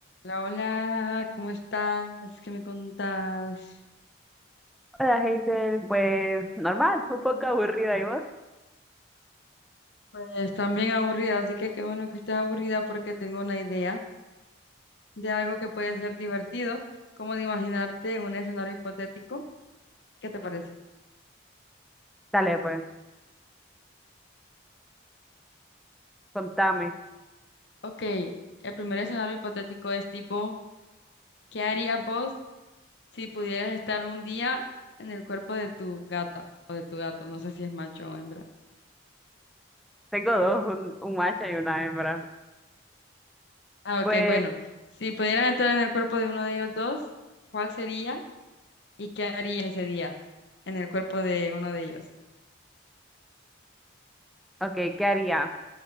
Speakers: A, on the left (about 65°); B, in the centre.
A: Hola, hola, ¿cómo estás? ¿Qué me contás?
B: Hola, Hazel, pues normal, un poco aburrida y vos.
A: Pues también aburrida, así que qué bueno que estés aburrida porque tengo una idea de algo que puede ser divertido, como de imaginarte un escenario hipotético. ¿Qué te parece?
B: Dale, pues, contame.
A: Ok, el primer escenario hipotético es tipo, ¿qué harías vos si pudieras estar un día en el cuerpo de tu gata o de tu gato? No sé si es macho o hembra.
B: Tengo dos, un, un macho y una hembra.
A: Ah, ok,
B: Pues,
A: bueno, si pudieras entrar en el cuerpo de uno de ellos dos, ¿cuál sería? ¿Y qué harías ese día en el cuerpo de uno de ellos?
B: ok, ¿qué haría?